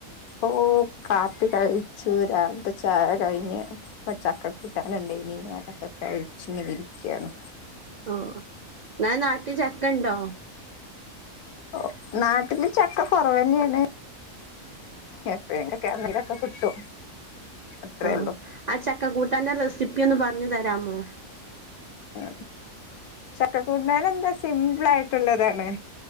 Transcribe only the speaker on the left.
ഓ കാപ്പി കഴിച്ചു. രവിലത്തെ ചായ കഴിഞ്ഞ്. പ ച്ചക്കകൂട്ടാണ്ടായിരുന്നു ഇനി അതക്കെ കഴിച്ചിങ്ങിതിരിക്കുകയാണ്
ഓ നാട്ടില് ചക്ക കുറവന്നെയാണ് എപ്പോഴ കിരങ്ങീരൊക്കെ കിട്ടും അത്രേ
ഉള്ളൂ
ആ ചക്ക കൂട്ടാര എന്താ സിംപിൾ ആയിട്ടുള്ളതാണ്